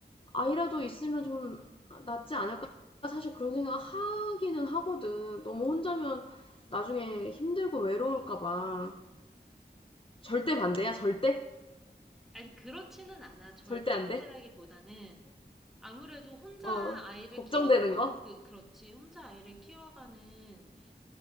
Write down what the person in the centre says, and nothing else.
아니, 그렇지는 않아. 절대
반대라기보다는,
아무래도 혼자
아이를
키워가는
그, 그렇지. 혼자 아이를 키워가는